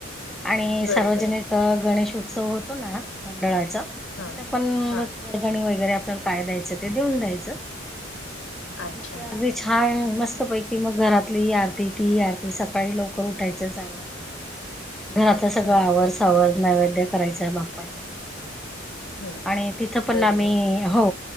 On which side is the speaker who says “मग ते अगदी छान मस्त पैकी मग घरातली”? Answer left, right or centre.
Centre